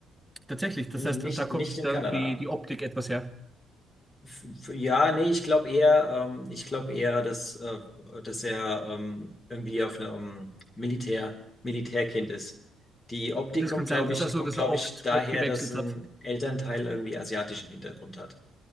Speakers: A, in the centre; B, on the left (about 25°).
A: Tatsächlich, das
B: N-
A: heißt,
B: Nicht,
A: da kommt
B: nicht in
A: dann
B: Kanada.
A: die, die Optik etwas her.
B: F f- ja, nee, ich glaube eher, ähm, ich glaube eher, dass, äh, dass er ähm, irgendwie auf einem Militär, Militärkind ist. Die Optik
A: Das
B: kommt,
A: kann sein,
B: glaube
A: dass
B: ich,
A: er so,
B: kommt,
A: dass
B: glaube
A: er oft,
B: ich, daher,
A: oft gewechselt
B: dass ein
A: hat.
B: Elternteil irgendwie asiatischen Hintergrund hat.